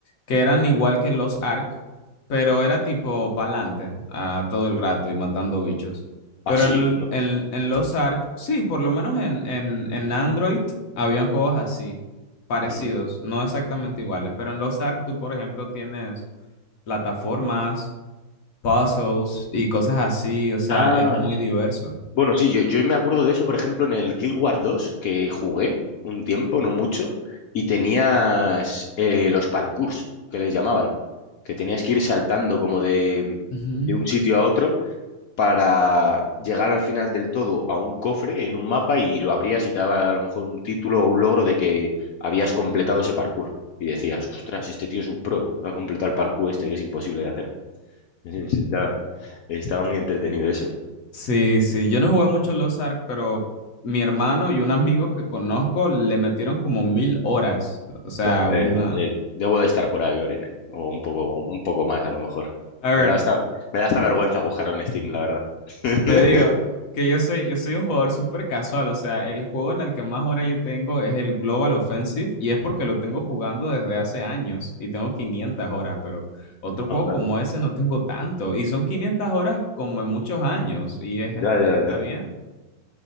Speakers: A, on the left; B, on the left.
A: que eran igual que los Ark, pero era tipo pa'lante a todo el rato y matando bichos.
B: Ah,
A: Pero
B: sí,
A: en,
B: no,
A: en, en los Ark, sí, por lo menos en, en, en Android habían juegos así, parecidos,
B: anda.
A: no exactamente iguales, pero en los Ark tú, por ejemplo, tienes plataformas puzzles y cosas así, o sea,
B: Ah,
A: es muy diverso.
B: Bueno, sí, yo, yo me acuerdo de eso, por ejemplo, en el Guild Wars dos que jugué un tiempo, no mucho, y tenías eh, los parkours, que les llamaban, que tenías que ir saltando como de,
A: Ujú.
B: de un sitio a otro para llegar al final del todo a un cofre en un mapa y lo abrías y te daba a lo mejor un título o un logro de que habías completado ese parkour. Y decías, ostras, este tío es un pro, va a completar el parkour este que es imposible de hacer. <laughs> Estaba, estaba muy entretenido eso.
A: Sí, sí, yo no jugué mucho Los Ark, pero mi hermano y un amigo que conozco le metieron como mil horas, o sea,
B: Buah,
A: una...
B: eh, eh, debo de estar por ahí, Oren, O un poco, un poco más a lo mejor.
A: A
B: Me
A: ver,
B: da hasta, me da hasta vergüenza buscarlo en Steam, la verdad. <laughs>
A: te digo que yo soy, yo soy un jugador súper casual, o sea, el juego en el que más horas yo tengo es el Global Offensive y es porque lo tengo jugando desde hace años y tengo 500 horas, pero otro juego
B: Anda.
A: como ese no tengo tanto y son 500 horas como en muchos años y es, está,
B: Ya, ya,
A: está
B: ya.
A: bien.